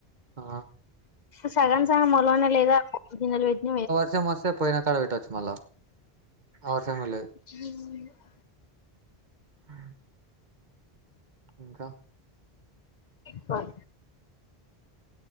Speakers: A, on the right; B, on the left.
A: ఆ
B: సగం సగం మొలనే లేదా గిన్నెలు పెటినా వే
A: మ మ పోయినా కాడ విట్ట వచ్చు మళ్ళా ఆర్షము లేదు
B: మ్
A: ఆ ఇంకా
B: బ